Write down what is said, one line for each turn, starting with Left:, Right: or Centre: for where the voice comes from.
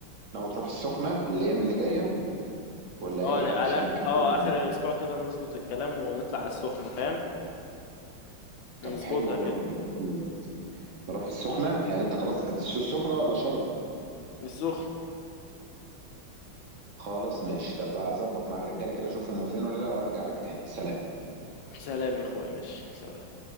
Right: ناوي تروح السخنة الأيام اللي جاية ولا
Left: اه
Right: إيه
Left: أنا-
Right: علشان
Left: على
Right: كان
Left: اه
Right: كده
Left: آخر الأسبوع كده نظبط الكلام ونطلع على السخنة فاهم نظبطها
Right: طب حلو والله
Left: كده
Right: نروح ال- نروح السخنة يعني أنت خلاص السخنة ولا شرم
Left: السخن
Right: خلاص ماشي طب هظبط مع الرجاله كده اشوفهم فين ولا لا وارجع لك تاني سلام
Left: سلام يا اخويا ماشي سلام